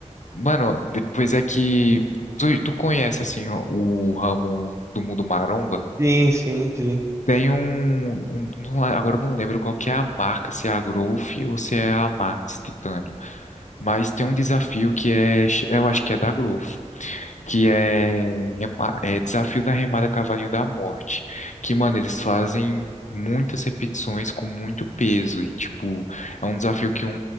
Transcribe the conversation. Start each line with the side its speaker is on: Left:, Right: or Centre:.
Left: Mano, depois é que tu, tu conhece assim o, o ramo do mundo maromba?
Right: Sim, sim, sim.
Left: Tem um, um- não le- agora eu não lembro qual que é a marca, se é a Growth ou se é a Max Titânio, mas tem um desafio que é, eu acho que é da Growth, que é, rema- é Desafio da Remada Cavalinho da Morte, que, mano, eles fazem muitas repetições com muito peso e, tipo, é um desafio que um